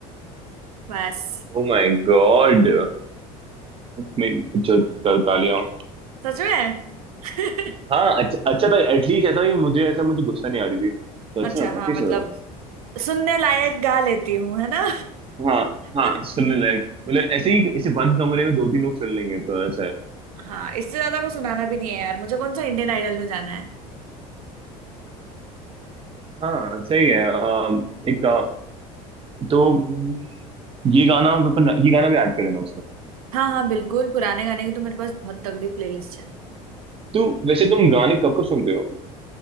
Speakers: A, on the right; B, on the right.
A: बस
B: Oh my God मैं अच्छा त- तालियां
A: सच में <laughs>
B: हाँ अच्छा अच्छा था एटलीस्ट ऐसा कि मुझे ऐसा मुझे गुस्सा नहीं आ रही थी तो अच्छा
A: अच्छा हाँ
B: वापिस
A: मतलब सुनने लायक
B: <laughs>
A: गा लेती हूँ है ना
B: हाँ
A: <laughs>
B: हाँ सुनने लायक मतलब ऐसे ही ऐसे बंद कमरे में दो तीन लोग सुन लेंगे तो ऐसा है
A: हाँ इससे ज्यादा को सुनाना भी नहीं है यार मुझे कौन सा इंडियन आइडल में जाना है
B: हाँ सही है अम, एक का तो अम, ये गाना अपन ये गाना भी ऐड कर लेना
A: हाँ हाँ बिल्कुल पुराने गाने की तो मेरे पास बहुत तगड़ी प्लेलिस्ट है
B: तो वैसे तुम गाने कब कब सुनते हो